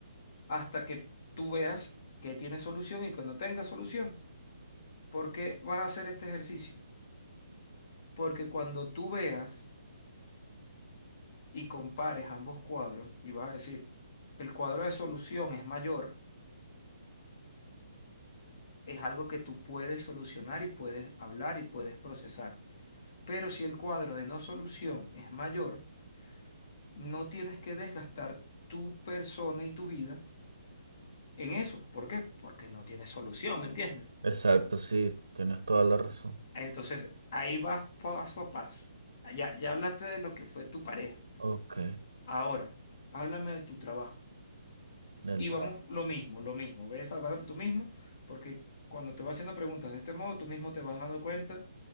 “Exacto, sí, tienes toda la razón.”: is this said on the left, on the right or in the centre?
Right